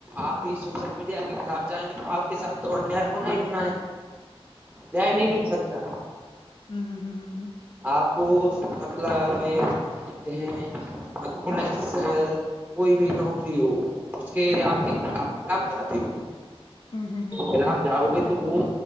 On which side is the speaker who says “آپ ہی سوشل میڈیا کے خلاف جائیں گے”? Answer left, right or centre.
Right